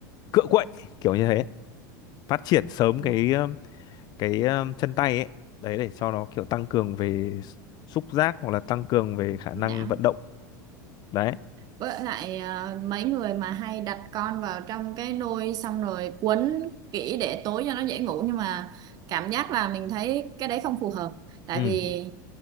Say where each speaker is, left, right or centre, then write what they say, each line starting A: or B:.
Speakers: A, on the left (about 45°); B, on the right (about 40°).
A: cựa quậy kiểu như thế phát triển sớm
B: ừ,
A: cái um, cái um, chân tay ấy đấy để cho nó kiểu tăng cường về s- xúc giác hoặc là tăng cường về
B: trí
A: khả năng
B: não
A: vận động đấy
B: với lại ờ, mấy người mà hay đặt con vào trong cái nôi xong rồi quấn kỹ để tối cho nó dễ ngủ nhưng mà cảm giác là mình thấy cái đấy không phù hợp tại
A: ừ
B: vì